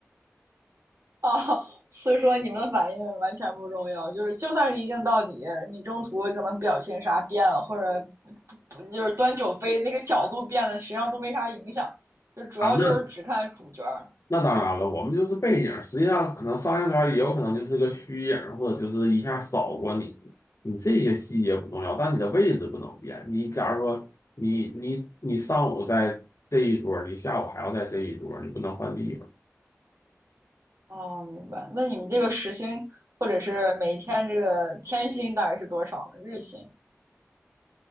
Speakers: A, on the right; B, on the left.
A: 啊？所以说你们的反应完全不重要，就是就算是一镜到底，你中途可能表情啥变了，或者就是端酒杯那个角度变了，实际上都没啥影响，就主要就是只看主角儿。
B: 啊。那那当然了，我们就是背景，实际上可能上映圈也有可能就是个虚影，或者就是一下扫过你。你这些细节不重要，但你的位置不能变。你假如说你你你上午在这一桌你下午还要在这一桌你不能换地方。
A: 哦，明白。那你们这个时薪或者是每天这个天薪大概是多少呢？日薪